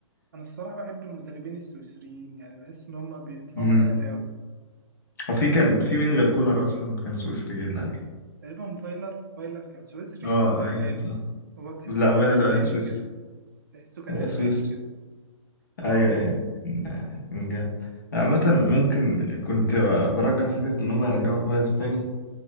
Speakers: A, on the right; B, on the left.
A: أنا الصراحة بحب المدربين السويسريين يعني بحس إن هما بينفعوا
B: أمم.
A: مع الأهلي أوي
B: هو في كان في مين غير كولر اصلا كان سويسري جه الاهلي
A: تقريبا فايلر فايلر كان سويسري
B: اه
A: أو ألماني
B: ايوه ايوه صح
A: هو تحسه
B: لا
A: كان
B: غير
A: ألماني
B: سويسري
A: كده تحسه كان
B: هو
A: ألماني
B: سويسري
A: كده اه
B: ايوه يعني من جد عامة ممكن كنت برجع فكرة ان هم يرجعوا فايلر تاني